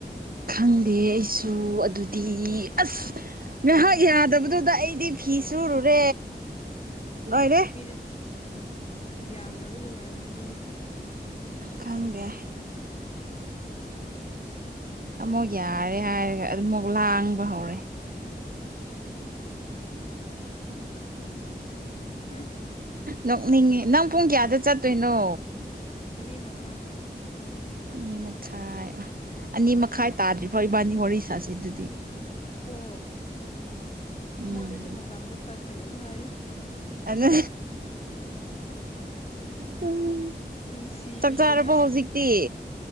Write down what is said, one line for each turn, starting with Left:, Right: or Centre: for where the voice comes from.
Right: ꯈꯪꯗꯦ ꯑꯩꯁꯨ ꯑꯗꯨꯗꯤ ꯑꯁ ꯉꯍꯥꯛ ꯌꯥꯗꯕꯗꯨꯗ ꯑꯩꯗꯤ ꯐꯤ ꯁꯨꯔꯨꯔꯦ ꯂꯣꯏꯔꯦ
Left: ꯃꯤꯗꯤ ꯌꯥꯝꯗꯕꯒꯤ ꯑꯣꯏꯔꯝꯅꯤ ꯑꯗꯨꯗꯤ
Right: ꯈꯪꯗꯦ ꯑꯃꯨꯛ ꯌꯥꯔꯦ ꯍꯥꯏꯔꯒ ꯑꯗꯨ ꯑꯃꯨꯛ ꯂꯥꯡꯕ ꯍꯧꯔꯦ
Left: ꯎꯝ
Right: ꯅꯣꯛꯅꯤꯡꯉ ꯅꯪ ꯄꯨꯡ ꯀꯌꯥꯗ ꯆꯠꯇꯣꯏꯅꯣ
Left: ꯑꯅꯤ ꯃꯈꯥꯏ
Right: ꯑꯅꯤ ꯃꯈꯥꯏ ꯑꯅꯤ ꯃꯈꯥꯏ ꯇꯥꯗ꯭ꯔꯤꯕꯣ ꯏꯕꯥꯅꯤ ꯋꯥꯔꯤ ꯁꯥꯁꯤ ꯑꯗꯨꯗꯤ
Left: ꯀꯣ
Right: ꯎꯝ
Left: ꯃꯣꯏꯗꯁꯨ ꯃꯇꯝꯗꯣ ꯀꯛꯇꯅꯕ ꯍꯥꯏꯌꯨ
Right: ꯑꯗ ꯎꯝ
Left: ꯅꯨꯡꯁꯤꯕꯤꯗꯅ
Right: ꯆꯥꯛ ꯆꯥꯔꯕꯣ ꯍꯧꯖꯤꯛꯇꯤ